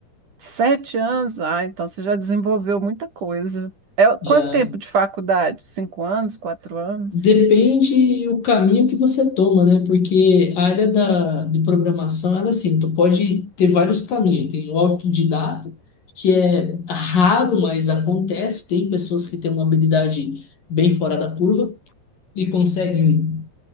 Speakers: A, on the right (about 50°); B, on the left (about 55°).
A: Sete anos? Ah, então você já desenvolveu muita coisa. É, quanto
B: Já
A: tempo de faculdade? Cinco anos, quatro anos?
B: depende o caminho que você toma, né? Porque a área da, de programação, ela é assim, tu pode ter vários caminhos. Tem o autodidata, que é raro, mas acontece. Tem pessoas que têm uma habilidade bem fora da curva e conseguem